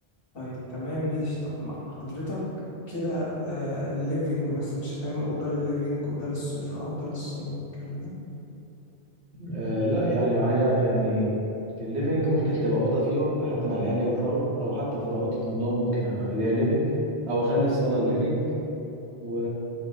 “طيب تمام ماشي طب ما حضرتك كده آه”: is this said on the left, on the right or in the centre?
Left